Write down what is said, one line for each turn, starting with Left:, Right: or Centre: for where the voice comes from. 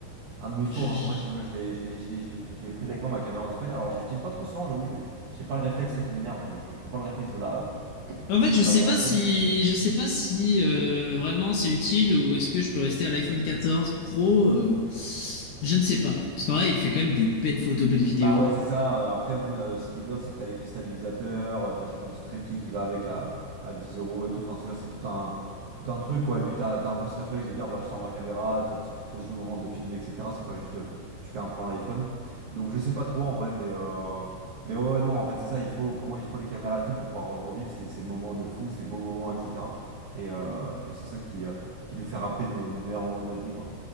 Right: Ah non, mais il faut,
Left: Je-
Right: hein.
Left: je-
Right: Moi, tu vois, je l'ai, je l'ai, je l'ai, je l'ai je l'ai prise avec moi, ma caméra en Espagne. Alors, je l'utilise pas trop souvent, j'avoue, j'ai j'ai pas le réflexe, ça qui m'énerve. Je prends pas le réflexe de la,
Left: En fait,
Right: de
Left: je
Right: la
Left: sais
Right: brancher.
Left: pas si, je sais pas si euh, vraiment c'est utile ou est-ce que je peux rester à l'iPhone 14 Pro. euh, je ne sais pas, parce qu'en vrai, il fait quand même des belles photos, belles vidéos.
Right: Bah ouais, c'est ça. Euh, Après, bon, euh, ce qui est bien, c'est que t'as l'effet stabilisateur, euh, t'achètes un petit trépied qui va avec à, à 10 euros et tout. Enfin, tu vois, c'est tout un, tout un truc, quoi. Et puis, t'as, t'as un peu ce réflexe de dire, bah, je sors ma caméra, t'as- tu tu poses le moment de filmer, etc. C'est pas juste, euh, tu fais un plan à l'iPhone. Donc, je sais pas trop, en vrai, mais, euh, mais ouais, ouais, non, en fait, c'est ça. Il faut, pour moi, il faut les caméras et tout pour pouvoir euh, revivre ces, ces moments de fou, ces beaux moments, etc. Et, euh, et c'est ça qui, euh, qui nous fait rappeler nos, nos meilleurs moments de notre vie, quoi.